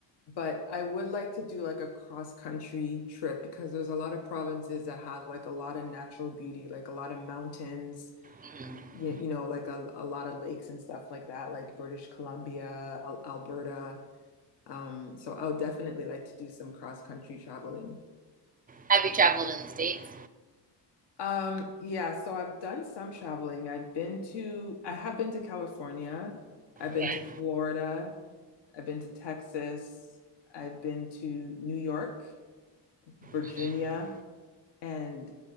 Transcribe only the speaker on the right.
Mm-hmm.
Have you traveled in the States?
Okay.
hmm